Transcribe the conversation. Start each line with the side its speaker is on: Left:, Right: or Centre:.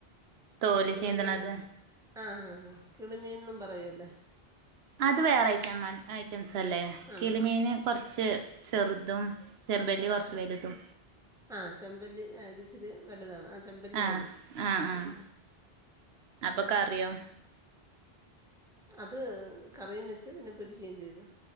Right: തോല്
Centre: നമ്മളതിന്
Right: ചീന്തണത്
Centre: ആഹ് ആഹ് ആഹ് കിളിമീൻന്നും പറയൂല്ലേ
Right: അത് വേറെ ഐറ്റം ഐറ്റംസ്ല്ലേ
Centre: ആണോ
Right: കിളിമീന് കൊറച്ച് ചെറുതും ചെമ്പല്ലി കുറച്ച്
Centre: ആഹ് ആഹ്
Right: വെലുതും
Centre: ആ ചെമ്പല്ലി ആ ഇത് ഇച്ചിരി വലുതാണ് ആ ചെമ്പല്ലിയാണ്
Right: ആഹ് ആഹ് ആഹ്
Centre: ഉം
Right: അപ്പൊ കറിയോ
Centre: അത് കറിയും വെച്ച് പിന്നെ പൊരിക്കുകയും ചെയ്ത്